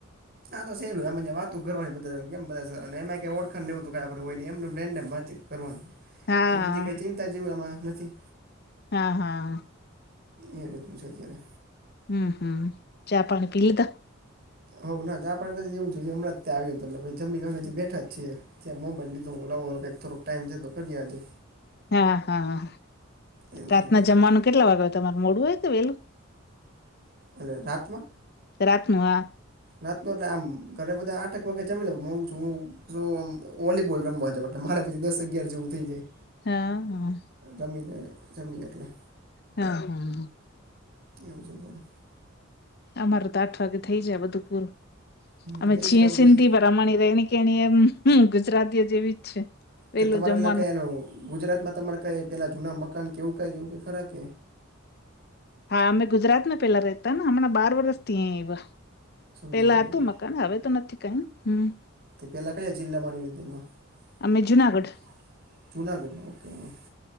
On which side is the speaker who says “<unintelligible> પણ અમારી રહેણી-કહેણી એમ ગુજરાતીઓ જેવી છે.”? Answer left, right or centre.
Left